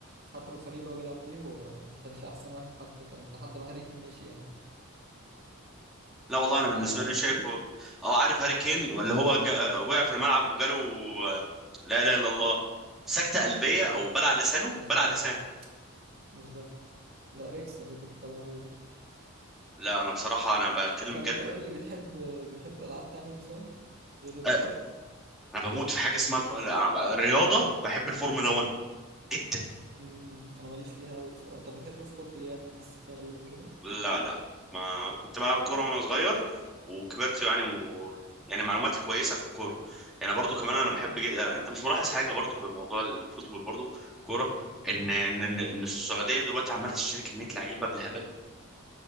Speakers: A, on the right; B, in the centre.
A: حتى في الفريق اللي هو بيلعب فيه هو ما كانش احسن واحد حتى كان لحد ما هاري كين مشي يعني
B: لا والله انا بالنسبه
A: عارف هاري
B: لي شايفه
A: كين
B: اه عارف هاري كين اللي هو جا... وقع في الملعب وجاله آه، لا اله الا الله سكته قلبيه
A: لا
B: او بلع لسانه
A: مش
B: بلع
A: ده
B: لسان
A: مش ده مش ده ده اريكس اللي انت بتتكلم عليه ده
B: لا انا بصراحه انا بتكلم
A: طب
B: بجد
A: انت قول لي بتحب بتحب العاب تانية مثلا غير الكورة
B: أه، انا بموت في حاجه اسمها الف- أنا ب- الرياضه بحب الفورمولا 1 جدا
A: امم انا ماليش فيها قوي بصراحه طب بتحب مثلا كره اليد السله وكده
B: لا لا ما كنت بلعب كورة
A: اه
B: وانا صغير وكبرت يعني و... يعني معلوماتي كويسة في الكورة يعني برضو كمان انا بحب
A: مم.
B: جد... انت مش ملاحظ حاجة برضو في موضوع الفوتبول برضو كورة ان
A: ايه
B: ان ان إن السعودية دلوقتي عمالة تشتري كمية لعيبة بالهبل